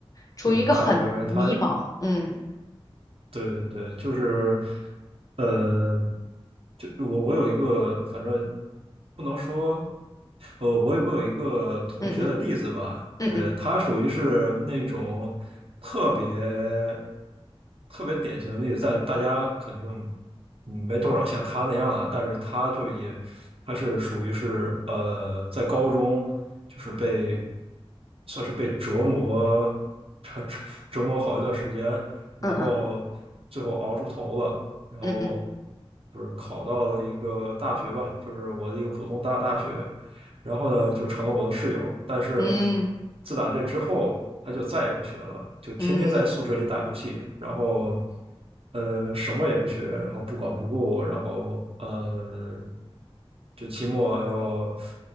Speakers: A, on the left; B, on the right.
A: 处于一个很迷茫，
B: 对，大部分人他，
A: 嗯
B: 对对对，就是，呃，就我我有一个，反正不能说，呃，我有我有一个同学的例子吧，
A: 嗯嗯嗯嗯
B: 对，他属于是那种特别特别典型的例子，但是大家肯定嗯没多少像他那样的啊但是他就也他是属于是呃，在高中就是被算是被折磨 <laughs> 折折磨好一段时间。然后最后熬出头了，
A: 嗯嗯嗯
B: 然后
A: 嗯。嗯
B: 就是考到了一个大学吧，就是我的一个普通大大学，然后呢就成了我的室友，但是呢，
A: 嗯
B: 自打这之后他就再也不学了，就天天在宿舍里打游戏，
A: 嗯，
B: 然后呃什么也不学，然后不管不顾，然后呃就期末要